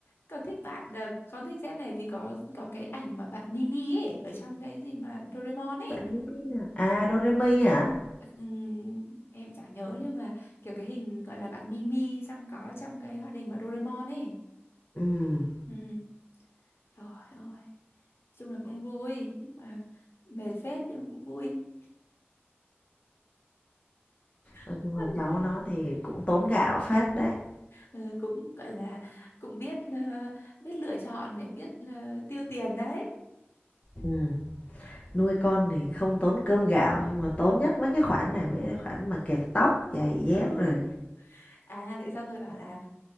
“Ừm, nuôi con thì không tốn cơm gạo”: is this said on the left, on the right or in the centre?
Left